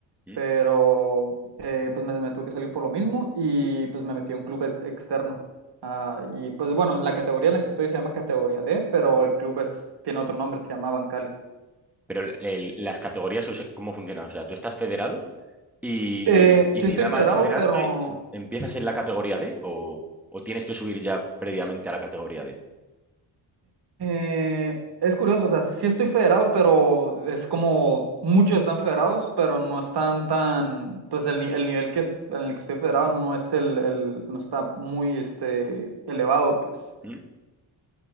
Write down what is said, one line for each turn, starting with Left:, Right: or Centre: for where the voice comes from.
Centre: ¿Mm?
Right: pero eh, pues me, me tuve que salir por lo mismo y pues me metí a un club ex- externo. Ah, y pues bueno, la categoría en la que estoy se llama categoría D, pero el club es, tiene otro nombre, se llama Bancali.
Centre: Pero el- el- las categorías, o sea, ¿cómo funcionan? O sea, ¿tú estás federado y,
Right: Eh,
Centre: y
Right: sí
Centre: nada
Right: estoy federado,
Centre: más federarte
Right: pero
Centre: em- empiezas en la categoría D o, o tienes que subir ya previamente a la categoría D?
Right: Eh, es curioso, o sea, sí estoy federado, pero es como muchos están federados, pero no están tan, pues el, ni- el nivel que es- en el que estoy federado no es el, el- no está muy este elevado, pues.
Centre: ¿Mm?